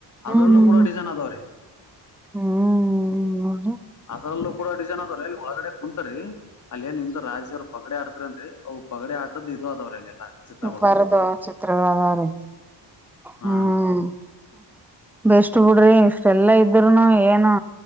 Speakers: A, in the centre; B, on the left.
A: ಹ್ಮ್ ಹ್ಮ್ ಹ್ಮ್
B: ಅದ್ರಲ್ಲೂ
A: ಹ್ಮ್
B: ಕೂಡ ಡಿಸೈನ್ ಅದಾವ್ರಿ.
A: ಹ್ಮ್ ಹ್ಮ್ ನೋಡ್ರಿ
B: ಅದರಲ್ಲೂ ಕೂಡ ಡಿಸೈನ್ ಅದಾವ್ರಿ ಅಲ್ಲಿ ಒಳಗಡೆ ಕುಂತರಿ ಅಲ್ಲೇ ನಿಂತು ರಾಜರ್ ಪಗಡೆ ಆಡ್ತೀರಂತ್ರಿ ಅವು ಪಗಡೆ ಆಟದ್ ಇದು ಅದಾವ್ರಿ ಅಲ್ಲೆಲ್ಲಾ. ಚಿತ್ರಗಳು
A: ಬರದ ಚಿತ್ರಗಳ ಅದಾವ್ರಿ ಹ್ಮ್.
B: ಹಾನ್.
A: ಬೆಸ್ಟ್ ಬಿಡ್ರಿ ಇಷ್ಟೆಲ್ಲಾ ಇದ್ರೂನು ಏನು